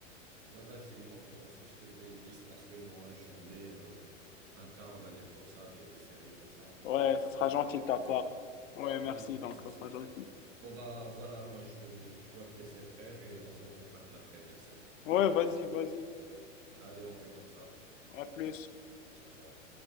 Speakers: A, on the right; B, on the left.
A: Ben, vas-y, on fait comme ça, je te fais une liste parce que moi, j'en ai, euh, un tas, on va dire comme ça, des, des séries comme ça, un peu fantastiques,
B: Ouais, ça sera gentil
A: un peu farfelues.
B: de ta part. Ouais, merci,
A: Ah, il n'y a aucun
B: donc
A: souci,
B: ça sera
A: frère.
B: gentil.
A: Bon, bah voilà, moi, je, dev- je dois te laisser, frère, et on se contacte après, bien sûr.
B: Ouais, vas-y, vas-y.
A: Allez, on fait comme ça.
B: À plus.
A: Ciao, ciao.